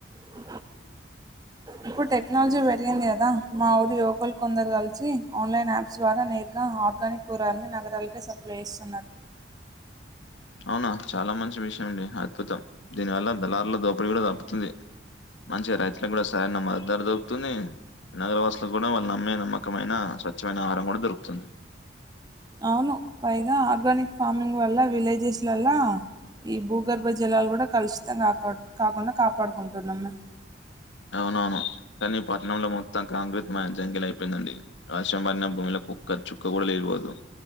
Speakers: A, on the right; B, on the left.
A: ఉ ఇప్పుడు టెక్నాలజీ పెరిగింది కదా మా ఊరి యువకుల కొందరు కలిసి ఆన్లైన్ యాప్స్ ద్వారా నేర్గా ఆర్గానిక్ కూరగాయలు నగరాలకే సప్లై చేస్తున్నారు
B: అవునా చాలా మంచి విషయం అండి అద్భుతం దీనివల్ల దళారుల దోపిడీ కూడా తగ్గుతుంది మంచిగ రైతులకు కూడా సరైన మద్దతు ధర దొరుకుతుంది నగర వాసులకు కూడా వాళ్ళు నమ్మే నమ్మకమైన స్వచ్ఛమైన ఆహారం కూడా దొరుకుతుంది
A: అవును పైగా ఆర్గానిక్ ఫార్మింగ్ వల్ల విలేజెస్లల్లా ఈ భూగర్భ జలాలు కూడా కలుషితం కా కాకుండా కాపాడుకుంటున్నాం మీము
B: అవునవును కానీ పట్టణంలో మొత్తం కాంట్రాక్ట్ మయం జంగిల్ అయిపోయిందండి. వర్షం పడిన భూమిలోకు చుక్క కూడ నీళ్లు పోవు